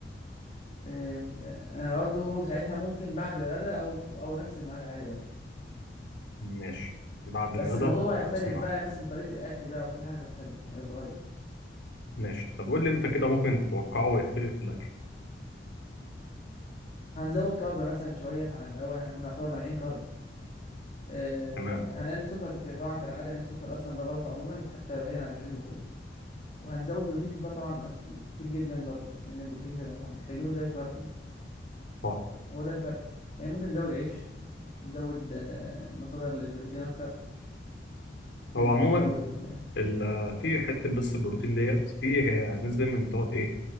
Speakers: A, on the left; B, on the left.
A: إيه، انا برضو ساعتها ممكن بعد الغداء او او نفس الميعاد عادي برضو
B: ماشي بعد الغدا
A: بس الموضوع بقى
B: ونفس
A: يختلف
B: الميعاد
A: بقى مثلا طريقة الأكل بقى وكل حاجة هتختلف هتتغير
B: ماشي طب قول لي أنت كده ممكن تتوقعه يختلف في الأكل
A: هنزود كارب مثلا شوية عن الأول احنا كنا نعتبر مانعين كارب آه
B: تمام
A: هنقلل سكر ده كده طبعا كالعادة لأن السكر أصلا ده غلط عموما حتى بعيدا عن الجيم وكده وهنزود بروتين بقى طبعا أكي- كتير جدا برضه لأن البروتين بيبقى محتاجينه زي الكارب يعني
B: صح
A: هو ده الفرق يعني ممكن نزود عيش نزود آه، مصادر للبروتين أكتر بحيث
B: هو
A: إن
B: عموما
A: احنا نزود ال-
B: ال- في حتة بس البروتين ديت في ناس دايما بتقعد إيه